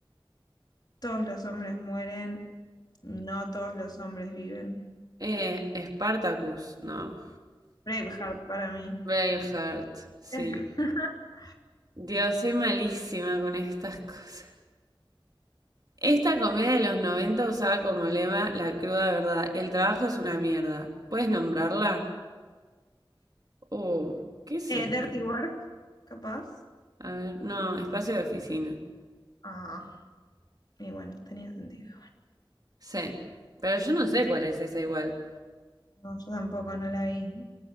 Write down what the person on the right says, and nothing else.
Eh, Spartacus, no.
Braveheart, sí.
Dios, soy malísima con estas cosas. Esta comedia de los 90 usaba como lema la cruda verdad. El trabajo es una mierda. ¿Puedes nombrarla? Oh, ¿qué es
esto?
A ver, no, espacio de oficina.
Sí. Pero yo no sé cuál es esa igual.